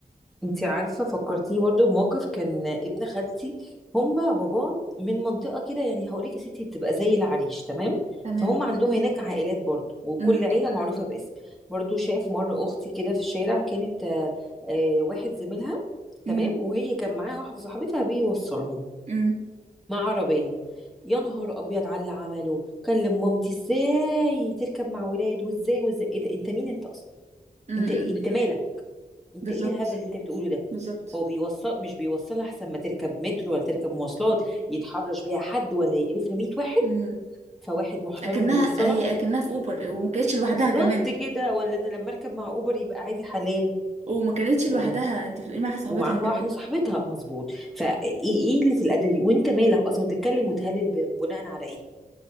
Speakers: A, in the centre; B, on the right.
A: انت عارفه فكرتيني برضو بموقف كان ابن خالتي هما بابا من منطقه كده يعني هقول لك يا ستي تبقى زي العريش تمام
B: تمام
A: فهم عندهم هناك عائلات برضو وكل
B: امم
A: عيله معروفه باسم برضو شاف مره اختي كده في الشارع كانت آه، آه، واحد زميلها تمام
B: امم
A: وهي كان معاها واحده صاحبتها بيوصلهم
B: امم
A: مع عربية يا نهار ابيض على اللي عمله كلم مامتي ازاي تركب مع ولاد وازاي وازاي ايه ده انت مين انت اصلا
B: امم
A: انت إيه؟ انت مالك انت
B: بالظبط
A: ايه الهبل اللي انت بتقوله ده
B: بالظبط
A: هو بيوصل مش بيوصل احسن ما تركب مترو ولا تركب مواصلات يتحرش بيها حد ولا يقرفها 100 واحد
B: امم
A: فواحد محترم
B: اكنها
A: بيوصلها
B: هي اكنها في اوبر وما كانتش لوحدها
A: بالظبط
B: كمان
A: كده ولا انا لما اركب مع اوبر يبقى عادي حلال
B: وما كانتش لوحدها
A: يعني
B: انت بتقولي معاها صاحبتها
A: ومعاها
B: كمان
A: واحده صاحبتها مظبوط فايه ايه قله الادب دي؟ وانت مالك اصلا وتتكلم وتهلل ب- بناء على ايه